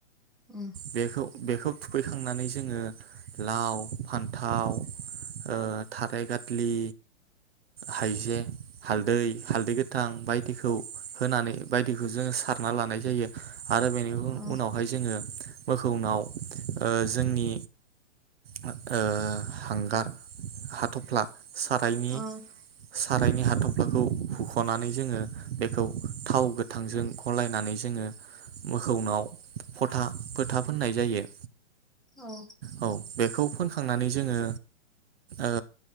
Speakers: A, in the centre; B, on the right (about 50°).
A: उम
B: बेखौ बेखौ थुखैखांनानै जोङो लाव फान्थाव ओ थाराय गाथ्लि हाइजें हालदै हालदै गोथां बायदिखौ होनानै बायदिखौ जोङो सारना लानाय जायो। आरो बेनि उ
A: अ
B: उनावहाय जोङो मोखौनाव जोंनि ओ हांगार हाथफ्ला सारायनि
A: अ
B: सारायनि हाथ'फ्लाखौ हुख'नानै जोङो बेखौ थाव गोथांजों गलायनानै जोङो मोखौनाव फथा फोथा फोननाय जायो।
A: औ
B: औ बेखौ फोनखांनानै जोङो ओ